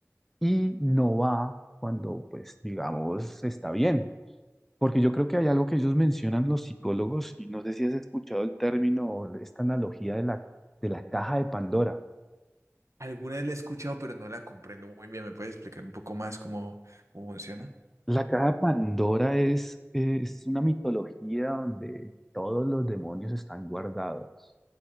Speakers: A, in the centre; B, on the right.
A: y no va cuando, pues, digamos, está bien. Porque yo creo que hay algo que ellos mencionan los psicólogos, y no sé si has escuchado el término o esta analogía de la, de la caja de Pandora.
B: Alguna vez la he escuchado, pero no la comprendo muy bien. ¿Me puedes explicar un poco más cómo, cómo funciona?
A: La caja de Pandora es, es una mitología donde todos los demonios están guardados.